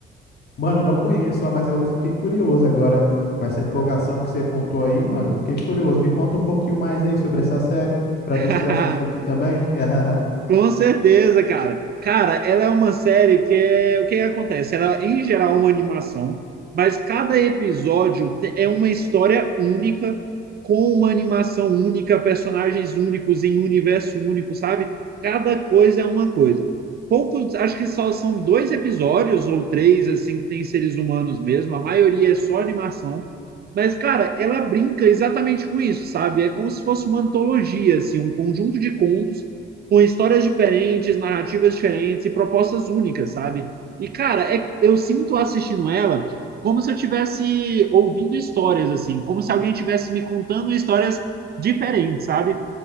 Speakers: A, on the left; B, on the right.
A: Mano, eu não conheço, ah, mas eu fiquei curioso agora com essa empolgação que você contou aí, mano. Eu fiquei curioso. Me conta um pouquinho mais aí sobre essa série, pra
B: <laughs>
A: ver se eu assisto aqui também. <laughs>
B: Com certeza, cara. Cara, ela é uma série que é... o que que acontece? Ela, em geral, é uma animação, mas cada episódio te- é uma história única, com uma animação única, personagens únicos em um universo único, sabe? Cada coisa é uma coisa. Poucos, acho que só são dois episódios ou três, assim, que tem seres humanos mesmo. A maioria é só animação. Mas, cara, ela brinca exatamente com isso, sabe? É como se fosse uma antologia, assim, um conjunto de contos com histórias diferentes, narrativas diferentes e propostas únicas, sabe? E, cara, é, eu sinto assistindo ela como se eu estivesse ouvindo histórias, assim, como se alguém tivesse me contando histórias diferentes, sabe?